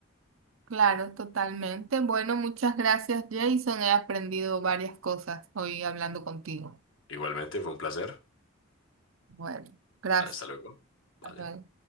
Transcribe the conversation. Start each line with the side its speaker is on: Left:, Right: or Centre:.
Right: Claro, totalmente. Bueno, muchas gracias, Jason. He aprendido varias cosas hoy hablando contigo.
Left: Igualmente, fue un placer.
Right: Bueno, gracias.
Left: Hasta luego. Vale.
Right: Hasta luego.